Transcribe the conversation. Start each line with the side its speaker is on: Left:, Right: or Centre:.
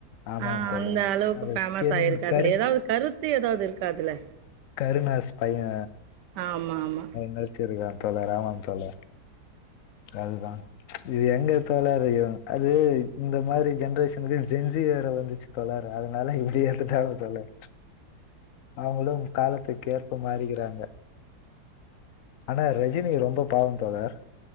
Left: ஆமாம்
Right: ஆஹ்
Left: தோழர்
Right: அந்த அளவுக்கு
Left: அது
Right: ஃபேமஸ்
Left: கென்
Right: ஆயிருக்கு அதுல
Left: கருண்
Right: ஏதாவது கருத்து கருத்து ஏதாவது இருக்கா அதுல
Left: கருணாஸ் பையே
Right: ஆமா ஆமா
Left: நடிச்சு இருக்கான் தோழர் ஆமாம் தோழர் அதுதா இது எங்கே தோழர் அது இந்த மாரி ஜென்ரேஷனுக்கு ஜென்சி வேற வந்துட்சி தோழர் அதனால இப்டி ஏத்துட்டாங்க தோழர் அவுங்களும் காலத்துக்கு ஏற்ப மாறிக்கிறாங்க ஆனா ரஜினி ரொம்ப பாவம் தோழர்